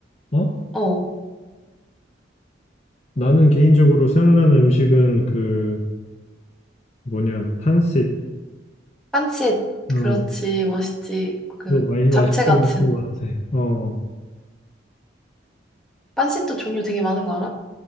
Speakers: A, on the left; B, in the centre.
A: 어?
B: 어,
A: 나는 개인적으로 생각나는 음식은 그 뭐냐 판sit
B: 빤짓.
A: 어
B: 그렇지, 맛있지. 그
A: 그거 많이
B: 잡채
A: 맛있게
B: 같은.
A: 먹었던 것 같아 어응
B: 빤짓도 종류 되게 많은 거 알아?